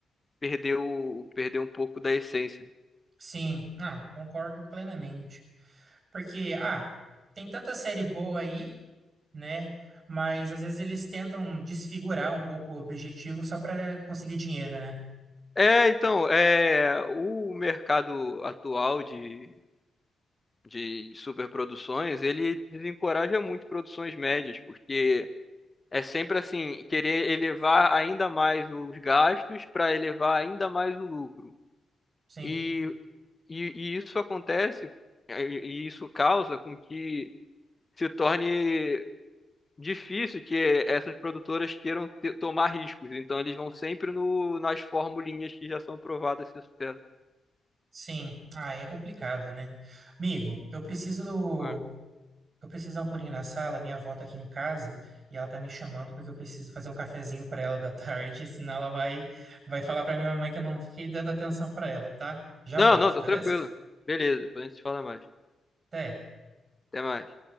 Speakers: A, on the left (about 25°); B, on the right (about 50°).
A: perdeu, perdeu um pouco da essência.
B: Sim, ah, concordo plenamente. Porque, ah, tem tanta série boa aí, né? Mas às vezes eles tentam desfigurar um pouco o objetivo só para conseguir dinheiro, né?
A: É, então, é, o mercado atual de, de superproduções, ele desencoraja muito produções médias, porque É sempre assim, querer elevar ainda mais os gastos para elevar ainda mais o lucro.
B: Sim,
A: E, e, e isso acontece, é, e e isso causa com que se torne difícil que essas produtoras queiram te- tomar riscos. Então eles vão sempre no, nas formulinhas que já são provadas esse sucesso.
B: sim. Ah, é complicado, né? Amigo, eu preciso
A: É.
B: Eu preciso dar um pulinho na sala, minha avó tá aqui em casa e ela tá me chamando porque eu preciso fazer um cafezinho pra ela da <laughs> tarde, senão ela vai vai falar pra minha mamãe que eu não fiquei dando atenção pra ela, tá? Já
A: Não,
B: volto,
A: não, tá
B: beleza?
A: tranquilo. Beleza, depois a gente se fala mais.
B: Até.
A: Até mais.